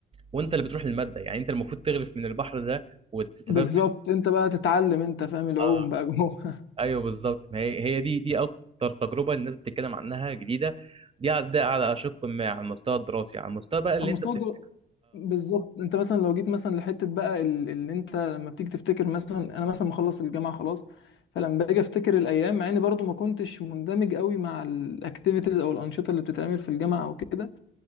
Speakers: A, on the right; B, on the left.
A: وانت اللي بتروح للمادة يعني انت المفروض تغرف من البحر ده وتستفاد
B: بالظبط
A: منه
B: انت بقى تتعلم انت فاهم العوم
A: اه
B: بقى جوه
A: ايوه بالظبط ما هي هي دي دي اكتر تجربة الناس بتتكلم عنها جديدة دي على- ده على شق ما على المستوى الدراسي على المستوى بقى اللي
B: المستوى
A: انت بتفتكر
B: الدو- بالظبط انت مثلا لو جيت مثلا لحته بقى ال- اللي انت لما بتيجي تفتكر مثلا انا مثلا مخلص الجامعه خلاص فلما باجي افتكر الايام مع اني برضو ما كنتش مندمج قوي مع الاكتيفيتيز او الانشطه اللي بتتعمل في الجامعه او كده